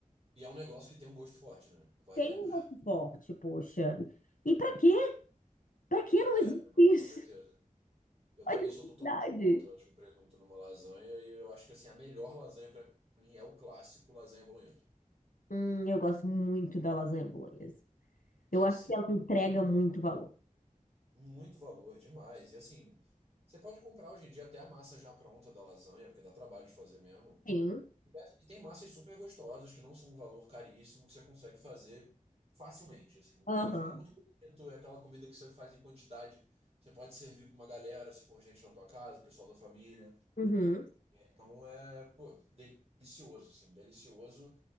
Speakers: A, on the right; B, on the left.
A: E é um negócio que tem um gosto forte, né? Vale
B: Tem
A: lembrar.
B: um gosto
A: <laughs>
B: forte, poxa. E pra quê? Pra que não
A: É,
B: existe
A: não, com
B: isso?
A: certeza.
B: <laughs>
A: Eu
B: Olha
A: também
B: a
A: sou
B: necessidade.
A: totalmente contra, acho, o presunto numa lasanha. E eu acho que, assim, a melhor lasanha pra mim é o clássico lasanha bolonhesa.
B: Hum, eu gosto muito da lasanha bolonhesa.
A: Tem
B: Eu acho
A: que ser.
B: que ela entrega muito valor.
A: Muito valor, demais. E assim, você pode comprar hoje em dia até a massa já pronta da lasanha, porque dá trabalho de fazer mesmo.
B: Sim.
A: E dessa- e tem massas super gostosas, que não são um valor caríssimo, que você consegue fazer facilmente, assim.
B: Aham.
A: E fica muito bonito, é aquela comida que você faz em quantidade. Você pode servir para uma galera, se for gente na tua casa, o pessoal da família.
B: Uhum.
A: Então é, pô, delicioso, assim, delicioso.